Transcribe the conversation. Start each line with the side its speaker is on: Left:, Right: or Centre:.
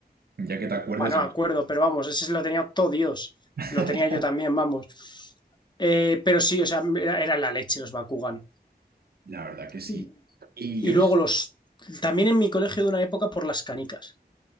Right: Ya que te acuerdes,
Left: bueno, no me acuerdo, pero vamos, ese lo tenía todo Dios.
Right: <laughs>
Left: Lo tenía yo también, vamos. Eh, pero sí, o sea, era, era la leche los Bakugan.
Right: la verdad que sí.
Left: Y,
Right: Y
Left: y
Right: yo,
Left: luego los... También en mi colegio de una época por las canicas.